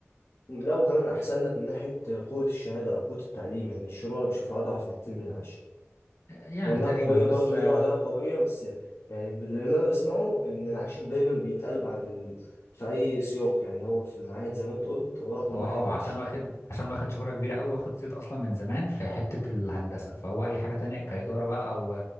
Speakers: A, on the left; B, on the left.
A: لا وكمان أحسن لك من ناحية قوة الشهادة أو قوة التعليم يعني الشروق أنا بشوفها أضعف بكتير من العاشر
B: يعني
A: مع إنها
B: تقريبا
A: قوية برضو
B: بس آه،
A: بيقولوا عليها قوية بس يعني اللي أنا بسمعه إن العاشر دايما بيتقال بعد ال... في أي سياق يعني هو في المعاهد زي ما أنت قلت هو رقم
B: هو
A: واحد
B: اه
A: العاشر
B: عشان واخد عشان واخد شهره كبيره قوي واخد صيت اصلا من زمان في حته الهندسه فهو اي حاجه تانية كاداره بقى او آه،